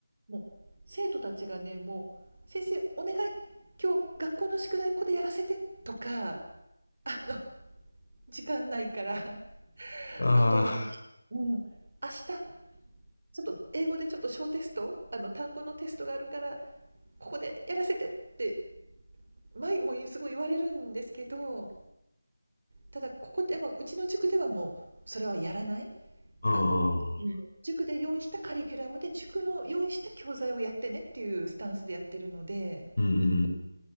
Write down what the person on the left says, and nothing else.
うん。あ
あ、うん、
うん、うん。